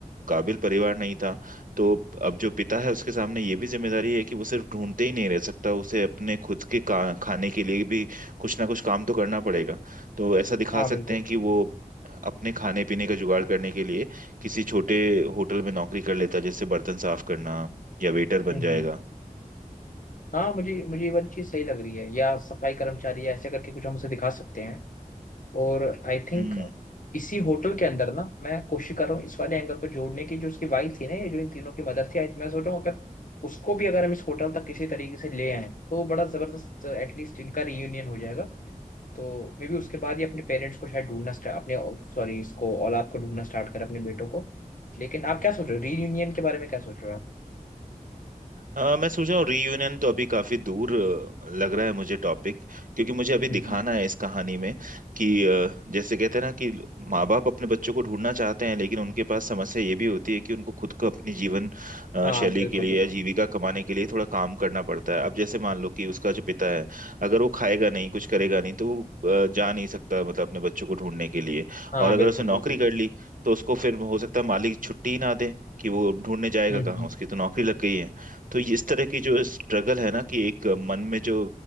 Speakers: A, on the right (about 65°); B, on the left (about 65°).
A: काबिल परिवार नहीं था तो अब जो पिता है उसके सामने ये भी जिम्मेदारी है कि वो सिर्फ ढूंढते ही नहीं रह सकता उसे अपने खुद के का, खाने के लिए भी कुछ ना कुछ काम तो करना पड़ेगा तो ऐसा दिखा
B: हाँ बिल्कुल
A: सकते हैं कि वो अपने खाने पीने का जुगाड़ करने के लिए किसी छोटे होटल में नौकरी कर लेता जैसे बर्तन साफ करना या वेटर
B: हम्म
A: बन जाएगा
B: हम्म हाँ मुझे मुझे ये वाली चीज सही लग रही है या सफाई कर्मचारी या ऐसे करके कुछ हम उसे दिखा सकते हैं और आई थिंक
A: हम्म
B: इसी होटल के अंदर ना मैं कोशिश कर रहा हूँ इस वाले एंगल को जोड़ने की जो उसकी वाइफ थी ना ये जो इन तीनों की मदर थी I- मैं सोच रहा हूँ अगर उसको भी अगर हम इस होटल तक किसी तरीके से ले आए तो बड़ा जबरदस्त एटलीस्ट इनका रियूनियन हो जाएगा तो मे बी उसके बाद ही अपने पेरेंट्स को शायद ढूंढना स्टार्ट अपने सॉरी इसको औलाद को ढूंढना स्टार्ट कर अपने बेटों को लेकिन आप क्या सोच रहे हो रीयूनियन के बारे में क्या सोच रहे हो आप
A: हाँ मैं सोच रहा हूँ रीयूनियन तो अभी काफी दूर अ, लग रहा है मुझे टॉपिक क्योंकि मुझे अभी
B: हम्म
A: दिखाना
B: हम्म।
A: है इस कहानी में कि अ, जैसे कहते हैं ना कि माँ बाप अपने बच्चों को ढूंढना चाहते हैं लेकिन उनके पास समस्या ये भी होती है कि उनको खुद को अपनी जीवन अ,
B: हाँ
A: शैली
B: बिल्कुल
A: के लिए
B: बिल्कुल
A: या जीविका कमाने के लिए थोड़ा काम करना पड़ता है अब जैसे मान लो कि उसका जो पिता है अगर वो खाएगा नहीं कुछ करेगा नहीं तो वो अ, जा नहीं सकता मतलब अपने बच्चों को ढूंढने के लिए
B: हाँ
A: और अगर
B: बिल्कुल
A: उसने नौकरी
B: बिल्कुल
A: कर ली तो उसको फिर हो सकता है मालिक छुट्टी ही ना दे कि वो ढूंढने जाएगा
B: हम्म
A: कहाँ
B: हम्म
A: उसकी तो नौकरी लग गई है तो ये इस तरह की जो स्ट्रगल है ना कि एक मन में जो